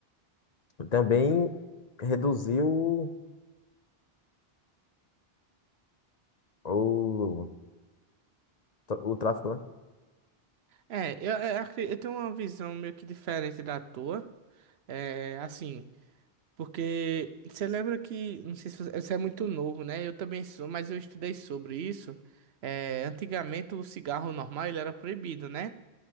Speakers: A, on the left; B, on the right.
A: E também reduzir o, o, o tráfico, né?
B: É, eu, eu, acre- eu tenho uma visão meio que diferente da tua. É, assim, porque você lembra que, não sei se você, você é muito novo, né? Eu também sou, mas eu estudei sobre isso. É, antigamente o cigarro normal ele era proibido, né?